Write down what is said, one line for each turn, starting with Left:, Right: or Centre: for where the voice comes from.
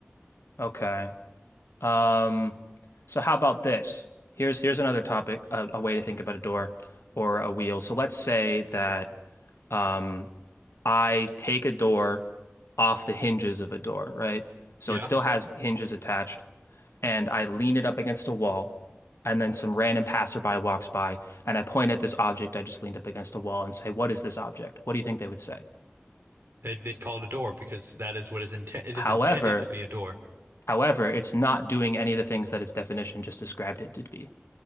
Left: Okay. Um, so how about this? Here's here's another topic, a, a way to think about a door or a wheel. So let's say that um, I take a door off the hinges of a door, right? So
Right: Yeah,
Left: it still has hinges attached, and I lean it up against a wall, and then some random passerby walks by, and I point at this object I just leaned up against a wall and say, "What is this object?" What do you think they would say?
Right: they, they'd call it a door because that is what is intent. It is
Left: However,
Right: intended to be a door.
Left: however, it's not doing any of the things that its definition just described it to be.